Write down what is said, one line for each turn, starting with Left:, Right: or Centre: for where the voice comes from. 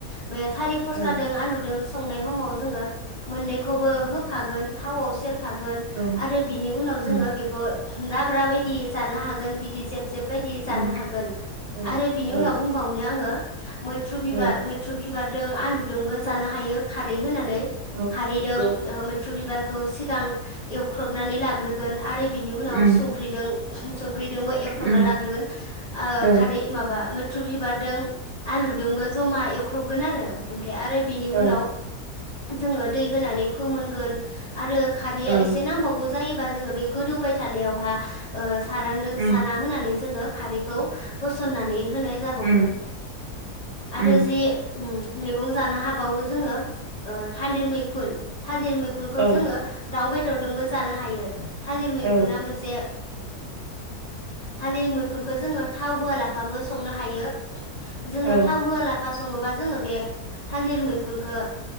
Left: बे थारि फस्लादों
Right: औ
Left: आलुदों संनाय समाव जोङो मोननैखौबो होफागोन थावआव सेर फागोन
Right: औ
Left: आरो बिनि उनाव जोङो
Right: उम
Left: बेखौ लाब्रा बायदि जानो हागोन बिदि जेब जेब बायदि जानो
Right: उम
Left: हागोन
Right: औ
Left: आरो बिनि
Right: औ
Left: उनाव बुंबावनो आङो। मैथ्रु बिबार
Right: औ
Left: मैथ्रु बिबार। दों आलुदोंबो जानो हायो खारै होनानै
Right: औ
Left: खारैदों
Right: नंगौ
Left: मैथ्रु बिबार खौ सिगां एवख्रबनानै लाग्रो गोन आरो बिनि उनाव
Right: उम
Left: संख्रिदों <unintelligible> जों। संख्रिदोंबो एख्रबना
Right: उम
Left: लाग्रोगोन ओ
Right: औ
Left: खारै माबा मो थ्रु बिबारदों आलुदोंबो जमा एवख्रबगोन आरो। ओमफ्राय आरो बिनि
Right: औ
Left: उनाव जोङो दै होनानै फोमोनगोन । आरो खारैया
Right: औ
Left: एसे नांबावगौ जायो बा जोङो बे गोदौबाय थानायाव हा ओ सारांदों
Right: उम
Left: सारा होनानै जोङो खारैखौ होसननानै होनाय जाबावगोन
Right: उम
Left: आरो
Right: उम
Left: जि मैगं जानो हाबावो जोङो थालिर मैखुन। थालिर मैखुनखौ
Right: औ
Left: जोङो दाव बे जोंबो जानो हायो। थालिर मैखुना
Right: औ
Left: मोनसे थालिर मैखुनखौ जोङो थाव होआलाफाबो संनो हायो। जोङो
Right: औ
Left: थाव होआला सङोबा जोङो बे थालिर मैखुनखौ